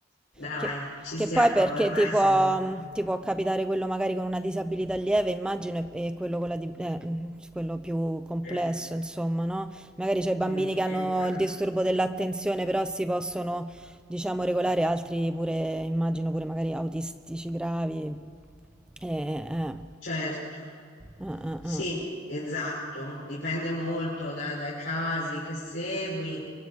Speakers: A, on the left; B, in the centre.
A: dai,
B: che,
A: ci
B: che
A: siamo,
B: poi perché
A: ormai
B: ti può,
A: siamo...
B: ti può capitare quello magari con una disabilità lieve, immagino, e, e quello, con la di- eh, mm, quello più complesso,
A: eh,
B: insomma, no? Magari c'è i bambini
A: mm,
B: che
A: esatto.
B: hanno il disturbo dell'attenzione, però si possono, diciamo, regolare, altri pure, immagino pure magari autistici gravi. Eh, eh.
A: Certo.
B: Ah, ah,
A: Sì,
B: ah.
A: esatto, dipende molto da- dai casi che segui,